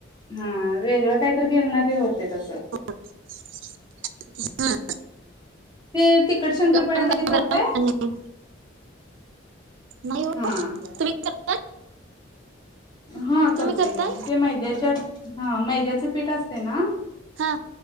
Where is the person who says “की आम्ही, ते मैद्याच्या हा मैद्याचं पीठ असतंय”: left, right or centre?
Left